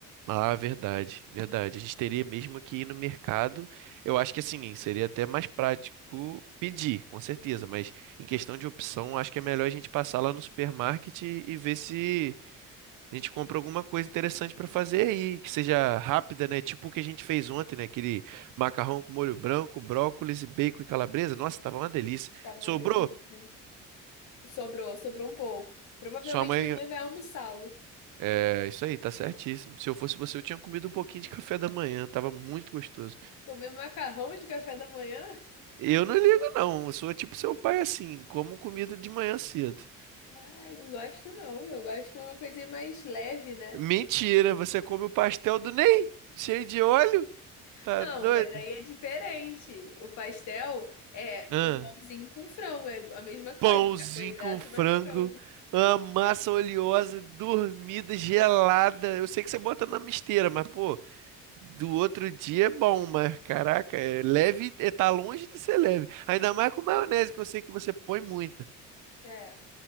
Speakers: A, on the right (about 75°); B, on the left (about 65°).
A: Ah, verdade, verdade. A gente teria mesmo que ir no mercado. Eu acho que assim, seria até mais prático pedir, com certeza. Mas em questão de opção, acho que é melhor a gente passar lá no supermarket e ver se. A gente compra alguma coisa interessante para fazer e que seja rápida, né? Tipo o que a gente fez ontem, né? Aquele macarrão com molho branco, brócolis e bacon e calabresa. Nossa, tava uma delícia.
B: Tava
A: Sobrou?
B: uma delícia. Sobrou, sobrou um pouco. Provavelmente
A: Sua mãe.
B: minha mãe vai almoçá-lo.
A: É, isso aí, tá certíssimo. Se eu fosse você, eu tinha comido um pouquinho de café da manhã, tava muito gostoso.
B: Comer macarrão de café da manhã?
A: Eu não ligo, não. Eu sou tipo seu pai assim, como comida de manhã cedo.
B: Ai, não gosto não. Eu gosto com uma coisinha mais leve, né?
A: Mentira, você come o pastel do Ney? Cheio de óleo? Tá
B: Não,
A: doido?
B: mas aí é diferente. O pastel é
A: Ahn.
B: um pãozinho com frango, é a mesma coisa,
A: pãozinho
B: carboidrato
A: com frango,
B: mais frango.
A: uma massa oleosa, dormida, gelada. Eu sei que você bota na misteira, mas, pô, do outro dia é bom, mas, caraca, é leve, é, tá longe de ser leve. Ainda mais com maionese, que eu sei que você põe muita.
B: É,